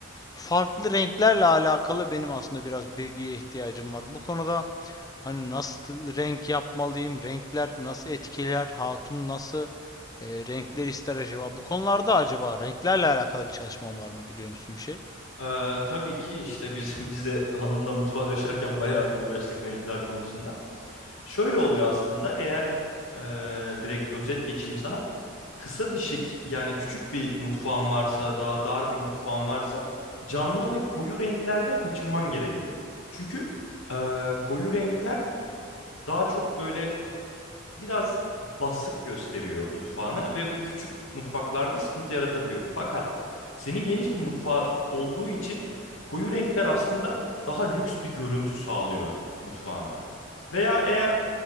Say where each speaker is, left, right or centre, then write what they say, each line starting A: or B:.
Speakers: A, on the left; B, on the left.
A: farklı renklerle alakalı benim aslında biraz bilgiye ihtiyacım var. Bu konuda hani nasıl renk yapmalıyım, renkler nasıl etkiler, hatun nasıl e, renkler ister acaba? Bu konularda acaba renklerle alakalı bir çalışmam var mı biliyor musun bir şey?
B: E, tabii ki işte biz <laughs> biz de hanımla mutfağa döşerken bayağı bir uğraştık renkler konusunda. Şöyle oluyor aslında eğer e, direkt özet geçeyim sana. kısa bir şek yani küçük bir mutfağın varsa daha dar bir mutfağın varsa canlı ve koyu renklerden kaçınman gerekiyor. Çünkü e, koyu renkler daha çok böyle biraz basık gösteriyor mutfağını ve bu küçük mutfaklarda sıkıntı yaratabiliyor. Fakat senin geniş bir mutfağı olduğu için koyu renkler aslında daha lüks bir görüntü sağlıyor mutfağına. Veya eğer